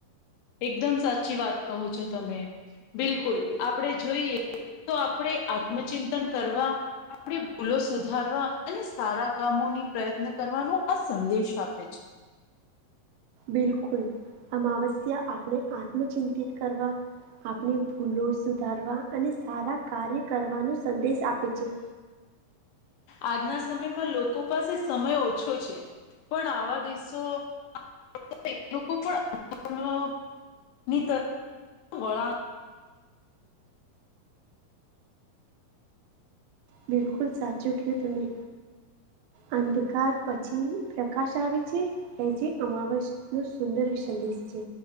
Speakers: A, on the left; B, on the right.
A: એકદમ સાચી વાત કહો છો તમે, બિલકુલ આપણે જોઈએ. તો આપણેે આત્મચિંતન કરવા જોઈએ. આપણી ભૂલો સુધારવા અને સારા કામોના પ્રયત્ન કરવાનો આ સંદેશ આપે છે.
B: બિલકુલ, અમાવસ્યા આપણે આત્મચિંતિત કરવા. આપણે ભૂલો સુધારવા અને સારા કાર્ય કરવાનુ સંદેશ આપે છે.
A: આજના સમયમાં લોકો પાસે સમય ઓછો હોય છે. પણ આવા દિવસો પાછા લોકોને પણ મળતા નથી. નિતળ ખોરાક.
B: બિલકુલ, સાચો કે તમે. અંધકાર પછી પ્રકાશ આવે છે? હ, જે અમાવસ નું સુંદર સંદેશ છે.